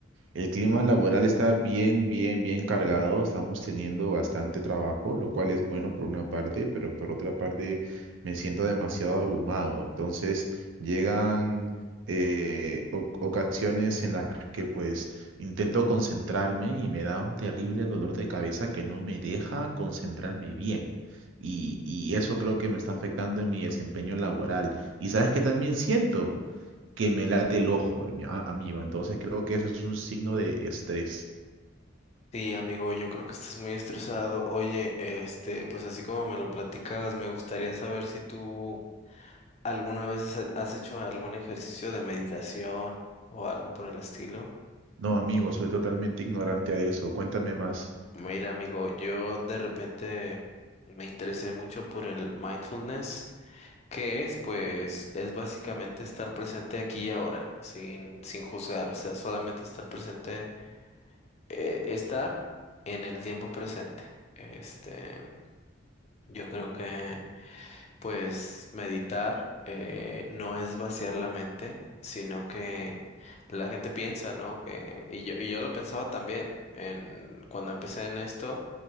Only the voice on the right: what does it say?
El clima laboral está bien, bien, bien cargado. Estamos teniendo bastante trabajo, lo cual es bueno por una parte, pero por otra parte me siento demasiado abrumado. Entonces llegan eh, o- ocasiones en las que pues intento concentrarme y me da un terrible dolor de cabeza que no me deja concentrarme bien. Y, y eso creo que me está afectando en mi desempeño laboral. ¿Y sabes qué también siento? que me late el ojo, hermi- a- amigo. Entonces creo que eso es un signo de estrés.
No, amigo, soy totalmente ignorante a eso. Cuéntame más.